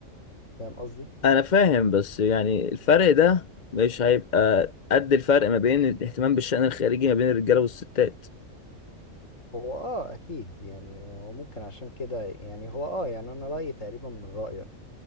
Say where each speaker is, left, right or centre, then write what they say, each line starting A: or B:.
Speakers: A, on the left (about 70°); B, on the left (about 45°).
A: فاهم قصدي
B: انا فاهم بس يعني الفرق ده مش هيبقى قد الفرق ما بين الاهتمام بالشأن الخارجي ما بين الرجاله والستات
A: هو اه اكيد يعني هو ممكن عشان كده يعني هو اه يعني انا رايي تقريبا من رايك